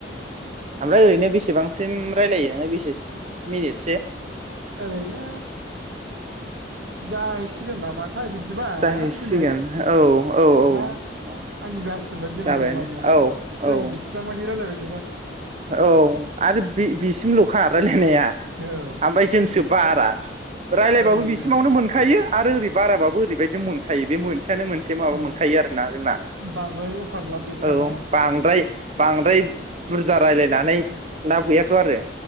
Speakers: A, on the right; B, on the right.
A: ओमफ्राय ओरैनो बेसेबांसिम रायजलायो बेसेसो मिनिटसो
B: ओरैनो जाहैसिगोन नामा थाय बिदिबा
A: जाहैसिगोन
B: ना दिनै
A: औ औ
B: ना
A: औ
B: आं जा बादि
A: जाबायानो
B: मोनदों माने
A: औ औ
B: जों बिसिबां माने रायज्लायबाय था
A: औ आरो बे बेसिमल'खा रायलायनाया
B: औ
A: ओमफ्राय जोंसो बारा रायज्लायबाबो
B: रायलायोना
A: बिसिमावनो मोनखायो आरो ओरै बाराबो ओरैबायदि मोनखायो बे मोन मोनसेयानो मोनसे माबा
B: उम,
A: मोनखायो आरोना जोंना
B: बांद्राय अफार लाब गैखायाना
A: औ बांद्राय बांद्राय रायलायनानै लाब गैयाथ' आरो